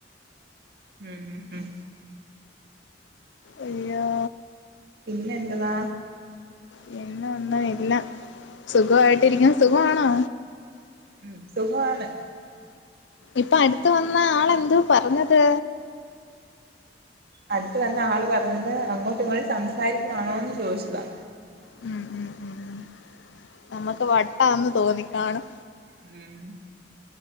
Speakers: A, on the right; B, on the left.
A: ഉം ഉം
B: അയ്യാ
A: പിന്നെ എന്തുവാ
B: പിന്നൊന്നും ഇല്ല സുഖായിട്ടിരിക്കുന്നു സുഖാമാണോ
A: ഉം സുഖമാണ്
B: ഇപ്പൊ അടുത്തു വന്ന ആള് എന്തു പറഞ്ഞത്
A: അടുത്ത് വന്ന ആള് പറഞ്ഞത് അങ്ങോട്ടു ഇങ്ങോട്ടു സംസാരിക്കുവാണോന്ന് ചോദിച്ചതാ
B: ഉം ഉം ഉം ഉം നമ്മുക്ക് വട്ടാന്ന് തോന്നിക്കാണും
A: ഉം